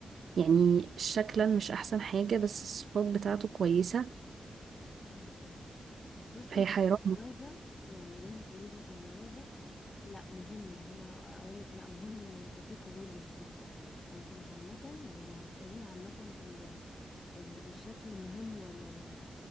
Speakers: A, on the right (about 80°); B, on the left (about 50°).
A: يعني شكلا مش احسن حاجة بس الصفات بتاعته كويسة
B: مم. بصي
A: فهي حيرانة
B: جوازة يعني اللي انت بتقوليه ده كجوازة لا مهم هنا اقول لك لا مهم ان يبقى فيه قبول للشك لكن عامة يعني لو هتسأليني عامة ال- الشكل مهم ولا ال